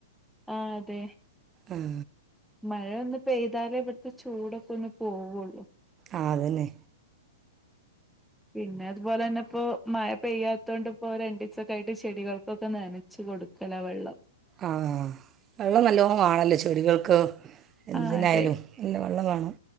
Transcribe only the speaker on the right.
ഉം
ആഹ് അതന്നെ
ആഹ് വെള്ളം നല്ലോ ആണല്ലേ ചെടികൾക്ക് എന്തിനായാലും
നല്ല വെള്ളം വേണം